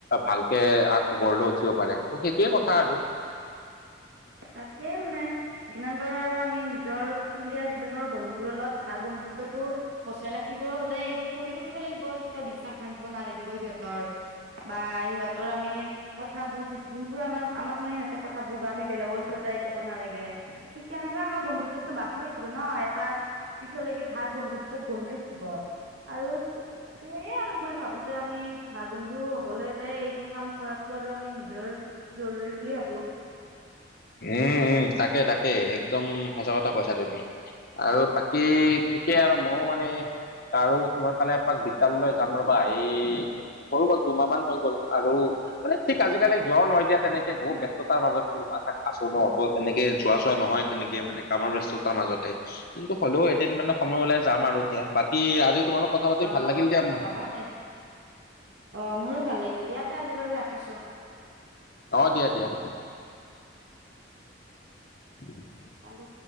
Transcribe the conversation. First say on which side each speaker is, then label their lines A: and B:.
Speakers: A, on the left; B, on the right.
A: ভালকে আগ গঢ় লৈ উঠিব পাৰে ত সেইটোৱে কথা আৰু
B: তাকে মানে যিমান পাৰো আৰু আমি নিজৰ স্কুলীয়া জীৱনৰ বন্ধুবোৰ লগত ভাল বন্ধুত্বতটো বচাই ৰাখিব হলে এইবোৰ কৰি থাকিব লাগিব এতিয়া বিশ্বাস ভাঙিব নালাগিব সিহঁতৰ বা সিহঁতৰ আমি কথাবোৰ যোনবোৰ আমাৰ আমাক মানে সিহঁতে কথাবোৰ আমি। বেলেগৰ ওচৰত যাই ক'ব নালাগে ঠিক তেনেকৈ আমাৰ বন্ধুত্বো বাচি থাকিব ন এটা পিছলৈকে ভাল বন্ধুত্বত গঢ়ি উঠিব আৰু স আৰু মই ভাবো যে আমি ভাল বন্ধু হবলৈ হলে এইবোৰ কাম কৰাতো আৰু আমি নিজৰ জৰুৰী বুলি ভাবো
A: উম উম তাকে তাকে একদম সঁচা কথা কৈছা তুমি আৰু বাকী এই ঠিকে আৰু ময়ো মানে। তাৰো সময় পালে এপাক বিদ্যালয়লৈ যাম ৰবা এই হৈ গ'ল দুমাহ মান হৈ গ'ল আৰু। মানে ঠিক আজিকালি যোৱা নহয় এতিয়া তেনেকে বহুত ব্যস্ততাৰ মাজত লোৱা থাকো ন ত তেনেকে যোৱা চোৱা নহয় তেনেকে মানে কামৰ ব্যস্ততাৰ মাজতে। কিন্তু হ'লেও এদিন মানে সময় ওলাই যাম আৰু এতিয়া বাকী আজি তোমালোক কথা পাতি
B: অ
A: ভাল লাগিল দিয়া মোৰ।
B: যাবা তে অ' মোৰো ভাল লাগিল দিয়া আজিৰ বাবে ৰাখিছো
A: অ', দিয়া দিয়া। <inaudible>
B: পালো।